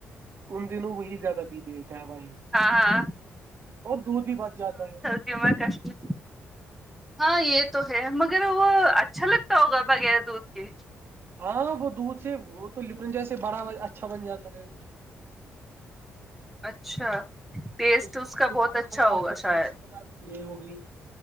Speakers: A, on the right; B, in the centre.
A: ان دنوں وہی زیادہ پی دے گا بھائی
B: ہاں ہاں
A: اور دودھ ہی بچ جاتا ہے
B: جم کاشمیر <inaudible> ہاں یہ تو ہے مگر وہ اچھا لگتا ہوگا بغیر دودھ کے
A: ہاں وہ دودھ سے وہ تو لپن جیسے بڑا اچھا بن جاتا ہے <unintelligible>
B: اچھا ٹیسٹ
A: میں
B: اس کا
A: جو
B: بہت
A: مسلے
B: اچھا
A: ڈالتے
B: ہوگا
A: ہیں
B: شاید
A: جیسے یہ ہوگئی